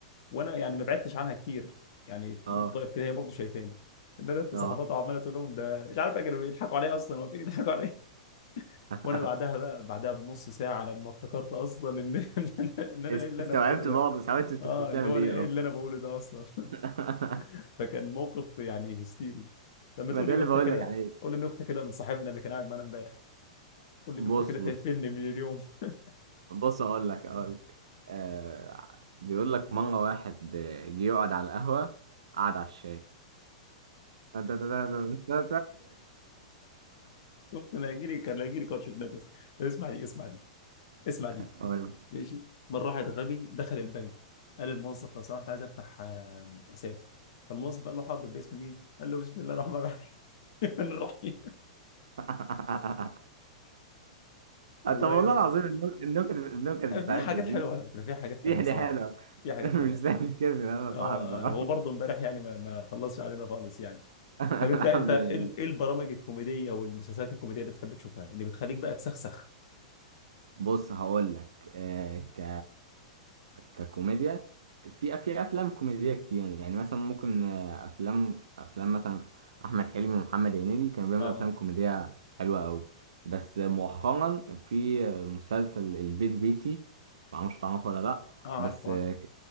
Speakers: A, on the left; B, on the right.
A: وانا يعني ما بعدتش عنها كتير يعني
B: اه
A: فضلت واقف كده هي برضه شايفاني ندهت لصاحبتها
B: اه
A: وعماله تقول لهم ده مش عارف إيه، كانوا بيضحكوا عليا اصلا هو في بيضحكوا عليا
B: <laughs>
A: وانا بعدها بقى بعدها بنص ساعه لما افتكرت اصلا ان <laughs> ان انا إن أنا
B: است-
A: ايه اللي
B: استوعبت
A: انا بقوله ده
B: بعض بس حاولت انت
A: اه
B: كنت بتعمل
A: اللي هو
B: ايه
A: أنا ايه
B: اصلا
A: اللي انا بقوله ده اصلا <laughs>
B: <laughs>
A: فكان موقف يعني هستيري لما
B: ما
A: تقول
B: ده
A: لي
B: اللي
A: نكته
B: بقول
A: كده
B: لك عليه
A: قول لي نكته كده من صاحبنا اللي كان قاعد معانا امبارح قول لي
B: بص
A: نكته كده
B: بص
A: فيني من اليوم <laughs>
B: بص اقول لك اقول لك آه بيقول لك مره واحد آه، جه يقعد على القهوه قعد على الشاي <laughs>
A: شفت انا هيجي لي كان هيجي لي كرشه نفس اسمع دي اسمع دي اسمع دي
B: أقول لك.
A: ماشي مره واحد غبي دخل البنك قال الموظف لو سمحت عايز افتح آه، حساب فالموظف قال له حاضر باسم مين؟ قال له بسم الله الرحمن الرحيم <laughs> الرحيم
B: <laughs> طب
A: والله
B: والله
A: لا
B: العظيم النك- النكت النكت بتاعتنا
A: في حاجات
B: دي
A: حلوه على فكره في حاجات حلوه
B: دي حاجة
A: صراحه
B: حلوه
A: في
B: <laughs>
A: حاجات حلوه
B: مش زي الكلمه اللي انا
A: اه
B: صاحبها
A: هو برضه امبارح يعني ما ما خلصش علينا خالص يعني
B: <laughs>
A: طب انت
B: الحمد
A: انت ايه
B: لله
A: ال- إيه البرامج الكوميديه والمسلسلات الكوميديه اللي بتحب تشوفها اللي بتخليك بقى تسخسخ
B: بص هقول لك آه ك ككوميديا في في افلام كوميديه كتير يعني مثلا ممكن آه، افلام افلام مثلا احمد حلمي ومحمد هنيدي كانوا بيعملوا
A: اه
B: افلام كوميديه حلوه قوي بس مؤخرا في آه، مسلسل البيت بيتي معرفش تعرفه ولا لا
A: اه
B: بس
A: عارف عارف
B: آه،